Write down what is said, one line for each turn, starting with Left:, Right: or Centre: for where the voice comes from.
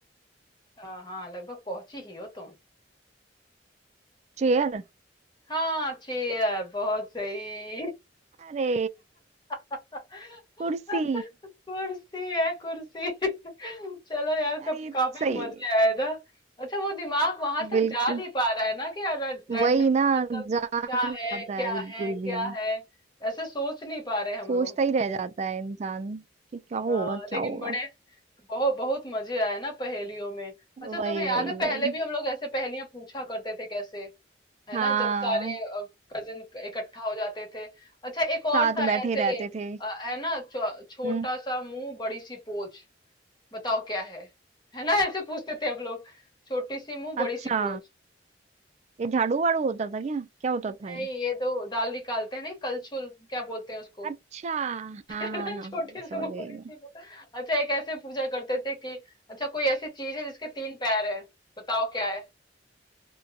Left: अ, हाँ लगभग पहुंची ही हो तुम।
Right: चेयर
Left: हाँ चेयर बहुत सही
Right: अरे
Left: <laughs>
Right: कुर्सी
Left: कुर्सी है कुर्सी <laughs> चलो यार
Right: अरे
Left: कब
Right: ये
Left: काफी
Right: तो सही
Left: मजे
Right: है
Left: आए ना अच्छा वो दिमाग वहां तक
Right: बिल्कुल
Left: जा नहीं पा रहा है ना कि रैंडमली
Right: वही ना
Left: मतलब
Right: जान
Left: क्या
Right: जाता
Left: है क्या
Right: है बिल्कुल
Left: है क्या
Right: भी
Left: है ऐसे सोच नहीं पा रहे हम
Right: सोचता
Left: लोग
Right: ही रह जाता है इंसान कि क्या
Left: हाँ,
Right: होगा क्या
Left: लेकिन
Right: होगा
Left: बड़े बहुत बहुत मजे आए ना पहेलियों में अच्छा
Right: वही
Left: तुम्हें याद
Right: वही
Left: है
Right: वही
Left: पहले भी हम लोग ऐसे पहेलियां पूछा करते थे कैसे है
Right: हाँ
Left: ना जब सारे कजिन इकट्ठा हो जाते थे अच्छा एक
Right: साथ
Left: और था
Right: बैठे
Left: ऐसे
Right: रहते थे
Left: अ, है ना छो- छोटा
Right: हम्म
Left: सा मुंह बड़ी सी पोच बताओ क्या है है ना ऐसे पूछते थे हम लोग छोटी सी मुंह
Right: अच्छा
Left: बड़ी सी पोच
Right: ये झाड़ू वाड़ू होता था क्या क्या होता
Left: नहीं
Right: था ये
Left: ये दो दाल निकालते हैं नहीं कलछुल क्या बोलते हैं उसको
Right: अच्छा हाँ
Left: <laughs>
Right: हाँ
Left: है
Right: हाँ
Left: ना
Right: हाँ,
Left: छोटी
Right: समझ
Left: सी मुंह
Right: गई
Left: बड़ी
Right: मैं
Left: सी पोच अच्छा एक ऐसे पूछा करते थे कि अच्छा कोई ऐसी चीज है जिसके तीन पैर है बताओ क्या है